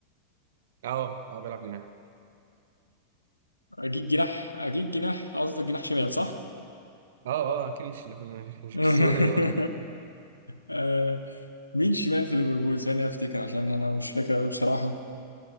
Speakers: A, on the right (about 60°); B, on the left (about 85°).
A: اه اه بيلعب جناح
B: اجيب جناح اجيب جناح قصدك جناح شمال صح؟
A: اه اه اكيد مش اللي في الم- <laughs> مش
B: <laughs>
A: بالسهوله دي برضه
B: آه، مين شمال في ليفربول ثانية افتكر عشان انا مش فاكر قوي بصراحة